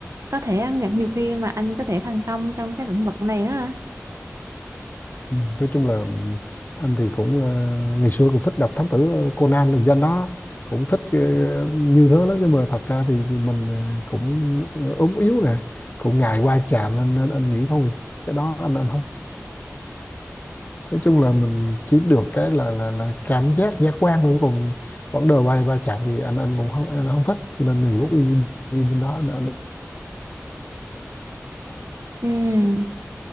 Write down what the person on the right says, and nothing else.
có thể ờ, nhiều khi mà anh có thể thành công trong cái lĩnh vực này đó
Ừm,